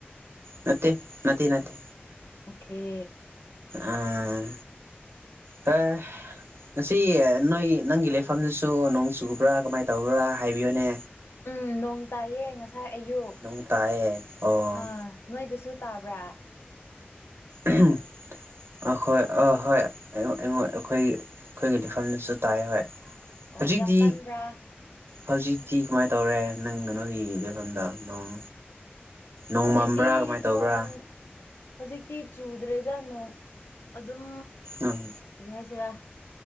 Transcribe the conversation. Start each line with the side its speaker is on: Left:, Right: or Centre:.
Right: ꯅꯠꯇꯦ ꯅꯅꯥꯠꯇꯦ
Left: ꯑꯣꯀꯦ
Right: ꯎꯝ ꯍ ꯉꯁꯤ ꯅꯣꯏ ꯅꯪꯒꯤ ꯂꯩꯐꯝꯗꯨꯁꯨ ꯅꯣꯡ ꯆꯨꯕ꯭ꯔꯥ ꯀꯃꯥꯏꯅ ꯇꯧꯕ꯭ꯔꯥ ꯍꯥꯏꯕꯤꯌꯨꯅꯦ
Left: ꯎꯝ ꯅꯣꯡ ꯇꯥꯏꯌꯦ ꯉꯁ ꯉꯁꯥꯏ ꯑꯌꯨꯛ
Right: ꯅꯣꯡ ꯇꯥꯏꯌꯦ ꯑꯣ
Left: ꯑꯥ ꯅꯣꯏꯗꯁꯨ ꯇꯥꯕ꯭ꯔꯥ
Right: ꯎꯝ ꯑꯍꯣꯏ ꯑ ꯍꯣꯏ ꯑꯩꯉꯣꯟ ꯑꯩꯈꯣꯏ ꯑꯩꯈꯣꯏꯒꯤ ꯂꯩꯐꯝꯗꯁꯨ ꯇꯥꯏ ꯍꯣꯏ
Left: ꯑꯣ
Right: ꯍꯧꯖꯤꯛꯗꯤ
Left: ꯌꯥꯝ ꯀꯟꯕ꯭ꯔꯥ
Right: ꯍꯧꯖꯤꯛꯇꯤ ꯀꯃꯥꯏꯅ ꯇꯧꯔꯦ ꯅꯪ ꯅꯣꯏꯒꯤ ꯂꯩꯐꯝꯗ ꯅꯣꯡ ꯅꯣꯡ
Left: ꯍꯧꯖꯤꯛꯇꯤ
Right: ꯃꯝꯕ꯭ꯔꯥ ꯀꯃꯥꯏꯅ ꯇꯧꯕ꯭ꯔꯥ
Left: ꯅꯣꯡ ꯍꯧꯖꯤꯛꯇꯤ ꯆꯨꯗ꯭ꯔꯦꯗ ꯅꯣꯡ ꯑꯗꯨꯝ
Right: ꯎꯝ
Left: ꯀꯔꯤ ꯍꯥꯏꯁꯤꯔꯥ